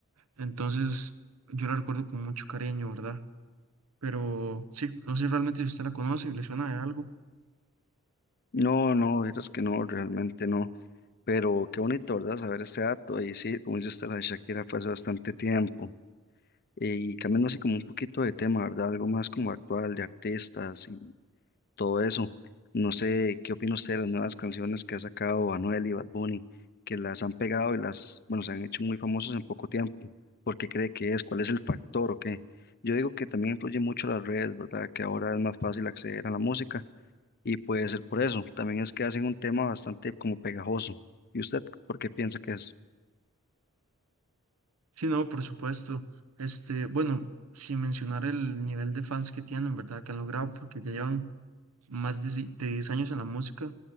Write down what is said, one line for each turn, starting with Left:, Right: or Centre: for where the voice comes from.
Right: entonces yo la recuerdo con mucho cariño, ¿verdad? Pero sí, no sé realmente si usted la conoce y le suena de algo.
Left: No, no, es que no, realmente no. Pero qué bonito, ¿verdad? Saber este dato. Y sí, como dice usted, lo de Shakira fue hace bastante tiempo. Y cambiando así como un poquito de tema, ¿verdad? Algo más como actual, de artistas y todo eso. No sé, ¿qué opina usted de las nuevas canciones que ha sacado Anuel y Bad Bunny, que las han pegado y las, bueno, se han hecho muy famosos en poco tiempo? ¿Por qué cree que es? ¿Cuál es el factor o qué? Yo digo que también influye mucho las redes, ¿verdad? Que ahora es más fácil acceder a la música y puede ser por eso. También es que hacen un tema bastante como pegajoso. ¿Y usted por qué piensa que es?
Right: Sí, no, por supuesto. Este, bueno, sin mencionar el nivel de fans que tienen, ¿verdad? Que han logrado, porque ya llevan más de, si- de 10 años en la música.